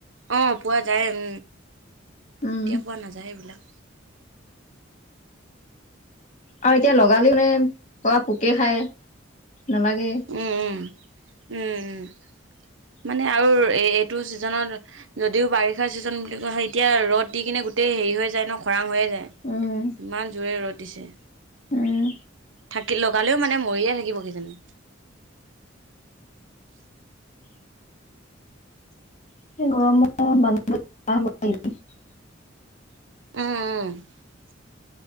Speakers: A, on the right (about 75°); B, on the left (about 35°).
A: অঁ পোৱা যায় উম
B: উম
A: এতিয়া পোৱা নাযায় এইবিলাক
B: আৰু এতিয়া লগালেও নে পোৰা পোকে খায় নালাগে
A: উম উম উম উম
B: উম <unintelligible>
A: মানে আৰু এই এইটো ছিজনত যদিও বাৰিষাৰ ছিজন বুলি কোৱা হয় এতিয়া ৰ'দ দি কিনে গোটেই হেৰি হৈ যায় ন খৰাং হৈয়ে যায়
B: উম
A: ইমান জোৰে ৰ'দ দিছে
B: উম
A: থাকি লগালেও মানে মৰিয়ে থাকিব কিজানি
B: <unintelligible> গৰম মানুহ বিলাকৰ বেমাৰ হ'ব দেই
A: উম উম